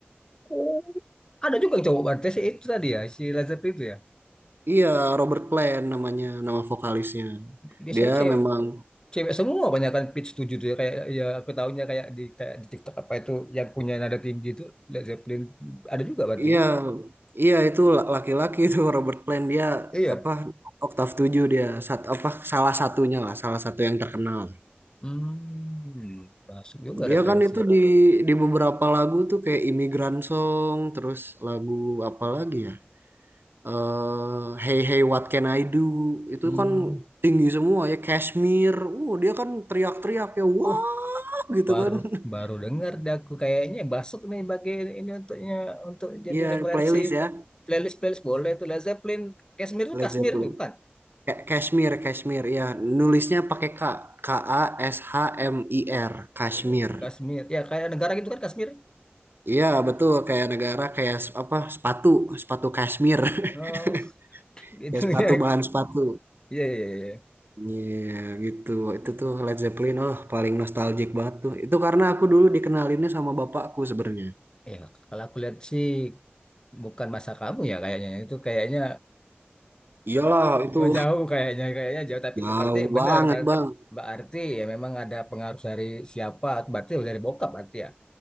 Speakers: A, on the left; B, on the right.
A: Oh, Ada juga yang cowok berarti sih itu tadi ya, si Lazar itu ya.
B: Iya, Robert Plant namanya nama vokalisnya.
A: Biasanya
B: Dia
A: cewek,
B: memang
A: cewek semua banyak kan pitch 7 tuh ya. Kayak, ya aku tahunya kayak di, kayak di TikTok apa itu yang punya nada tinggi itu Led Zeppelin ada juga berarti
B: Iya,
A: ya.
B: iya itu laki-laki itu Robert Plant dia
A: Iya.
B: apa oktav 7 dia sat, apa salah satunya lah, salah satu yang terkenal.
A: Hmm, masuk juga
B: Dia
A: referensi.
B: kan itu di di beberapa lagu tuh kayak Immigrant Song, terus lagu apa lagi ya? eh Hey Hey What Can I Do itu
A: Hmm.
B: kan tinggi semua ya Kashmir. Uh, dia kan teriak-teriak ya wah
A: Uh,
B: gitu
A: baru
B: kan. <laughs>
A: baru dengar dah aku kayaknya Basuk nih bagi ini untuknya untuk jadi
B: Iya,
A: referensi
B: playlist ya
A: playlist playlist boleh tuh Led Zeppelin Kashmir tuh
B: Led
A: Kashmir
B: Zeppelin.
A: tuh kan
B: Kashmir, Kashmir, ya nulisnya pakai K, K A S H M I R, Kashmir.
A: oh Kashmir ya kayak negara gitu kan Kashmir
B: Iya betul, kayak negara kayak s- apa sepatu, sepatu Kashmir,
A: oh
B: <laughs>
A: <laughs> gitu
B: kayak sepatu
A: ya
B: bahan sepatu.
A: iya iya iya
B: Iya gitu,
A: Hmm.
B: itu tuh Led Zeppelin, oh paling nostalgic banget tuh. Itu karena aku dulu dikenalinnya sama bapakku sebenarnya.
A: ya kalau aku lihat sih bukan masa kamu ya kayaknya itu kayaknya
B: Iyalah itu
A: eh <laughs> jauh kayaknya kayaknya
B: <laughs>
A: jauh tapi
B: jauh
A: ke- berarti benar
B: banget
A: Bar-
B: bang,
A: berarti ya memang ada pengaruh dari siapa berarti dari bokap berarti ya